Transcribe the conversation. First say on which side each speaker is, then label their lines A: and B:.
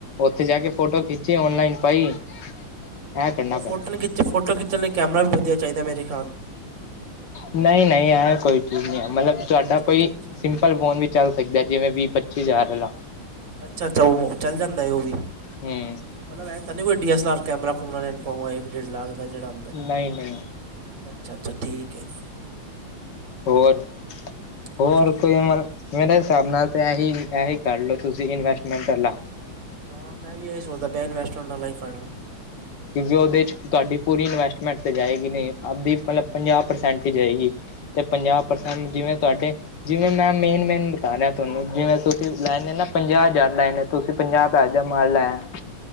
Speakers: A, on the left; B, on the right.
A: ਓਥੇ
B: ਅੱਛਾ
A: ਜਾ
B: ਮਤਲਬ
A: ਕੇ ਫੋਟੋ ਖਿੱਚੀ ਓਨਲਾਈਨ ਪਾਈ ਇਹ ਕਰਨਾ
B: ਓ
A: ਪੈਣਾ
B: ਫੋਟੋ ਨੀ ਖਿੱਚੀ, ਫੋਟੋ ਖਿੱਚਣ ਲਈ ਕੈਮਰਾ ਵਧੀਆ ਚਾਈਦਾ ਮੇਰੇ ਖਿਆਲ
A: ਨਈ-ਨਈ ਏਹ ਕੋਈ ਚੀਜ਼ ਨਈ ਏ ਮਤਲਬ ਤੁਆਡਾ
B: ਅੱਛਾ
A: ਕੋਈ
B: ਅੱਛਾ ਅੱਛਾ
A: ਸਿੰਪਲ ਫੋਨ ਵੀ ਚੱਲ ਸਕਦਾ, ਜਿਵੇਂ ਵੀਹ ਪੱਚੀ ਹਜ਼ਾਰ ਆਲਾ।
B: ਅੱਛਾ-ਅੱਛਾ, ਓ ਚੱਲ ਜਾਂਦਾ ਓਵੀ।
A: ਹਮ
B: ਮਤਲਬ ਤਾਂ ਨੀ ਕੋਈ ਡੀ ਐਸਲ ਆਰ ਕੈਮਰਾ ਘੁੰਮਣਾ ਲੈਣ ਪਾਊਗਾ ਇੱਕ ਡੇ ਲੱਖ ਦਾ ਜੇੜਾ।
A: ਨਈ-ਨਈ।
B: ਅੱਛਾ-ਅੱਛਾ, ਠੀਕ ਐ ਜੀ।
A: ਹੋਰ ਹੋਰ
B: ਬਸ ਠੀਕ
A: ਕੋਈ
B: ਠਾਕ
A: <unintelligible>
B: ਜੀ
A: ਮੇਰੇ ਹਿਸਾਬ ਨਾਲ ਤਾਂ ਏਹੀ-ਏਹੀ ਕਰ ਲਓ ਤੁਸੀਂ ਇਨਵੈਸਟਮੈਂਟ ਆਲਾ।
B: ਹਾਂ ਮੈਂ ਵੀ ਏਹੀ ਸੋਚਦਾ ਪਿਆ, ਇਨਵੈਸਟਮੈਂਟ ਆਲਾ ਹੀ ਕਰਲਾ।
A: ਕਿਉਂਕਿ ਓਦੇ ਚ ਤੁਆਡੀ ਪੂਰੀ ਇਨਵੈਸਟਮੈਂਟ ਤੇ ਜਾਏਗੀ ਨੀ ਅੱਧੀ ਮਤਲਬ ਪੰਜਾਹ ਪ੍ਰਸੈਂਟ ਜਾਏਗੀ। ਤੇ ਪੰਜਾਹ ਪ੍ਰਸੈਂਟ ਜਿਵੇਂ ਤੁਆਡੇ ਜਿਵੇਂ ਮੈਂ ਮੇਨ-ਮੇਨ ਬਤਾ ਰਿਹਾ, ਤੁਆਨੂੰ ਜਿਵੇਂ ਤੁਸੀਂ ਲੈਣੇ ਨਾ ਪੰਜਾਹ ਹਜ਼ਾਰ ਲੈਏ ਨੇ ਤੁਸੀਂ ਪੰਜਾਹ ਹਜਾਰ ਦਾ ਮਾਲ ਲਾਇਆ।